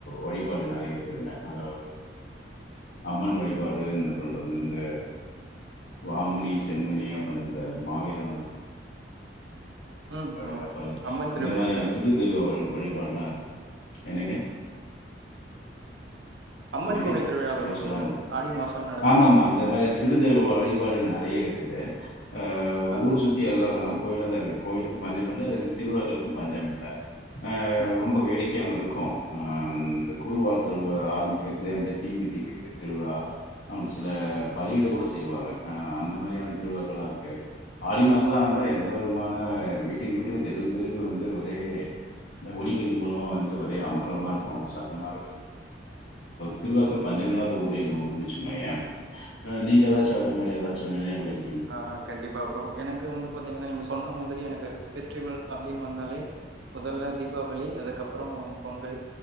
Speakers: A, on the left; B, on the right.
A: வழிபாடு நெறைய இருக்குதுங்க அதாவது அம்மன் வழிபாடு இந்த அப்புற வந்து இந்த வாமுனி செம்முனி அப்படின்த இந்த மாவீர நோ
B: ம்.
A: வடுகா
B: ஆமா.
A: அப்புறல்
B: அம்மன் திருவிழாக்கள்.
A: இந்த மாரியான சிறு தெய்வ வழி வழிபாடெல்லா இரு என்னங்க
B: அம்மன்
A: என்னங்க
B: கோவில் திருவிழா ப்ரோ.
A: என்ன சொல்ல
B: இந்த
A: வந்தே
B: ஆடி மாசம் நடக்கும்.
A: ஆமா ஆமா இந்த மாரிஸ் சிறு தெய்வ வழிபாடு நெறைய இருக்குது ஆ
B: ஆ,
A: ஊர் சுத்தி எல்லா கோயிலா தா இருக்கு கோயிலுக்கு பஞ்சமில்ல அதே மாரி திருவிழாக்களுக்கு பஞ்சமில்ல ஆ
B: ம்.
A: ரொம்ப வேடிக்கையாவு இருக்கு இருக்கு ஆம் இந்தக் கூழ்வாத்தரவு ஆரம்பிக்கிறது அங்கே தீமிதிக்கிறது திருவிழா அங்கு சில பலியிட கூட செய்வாங்க ஆ அந்த மாரியான திருவிழாக்கள்லா இருக்கு ஆடி மாசல்லா வந்தா எந்த விதமான வீட்டுக்கு வீட்டுக்கு தெருவுக்கு தெருவுக்கு வந்து ஒரே இந்த ஒலிபெருக்கி மூலமா வந்து ஒரே அமக்கலமா இருக்கு ஒரே சத்தமா இருக்கு திருவிழாக்கு பஞ்சம்மில்லாத ஊரு எங்க ஊருன்னு வச்சுகோங்கேயே ஆ நீங்க ஏதாச்சு அத மாரி ஏதாச்சு நினைவுல இரு
B: ஆ கண்டிப்பா ப்ரோ எனக்கு வந்து பாத்தீங்கன்னா நீங்க சொன்ன மாரி திரி எனக்கு ஃபெஸ்டிவல் அப்டின்னு வந்தாலே முதல்ல தீபாவளி அதுக்கப்பறோ பொங்கல்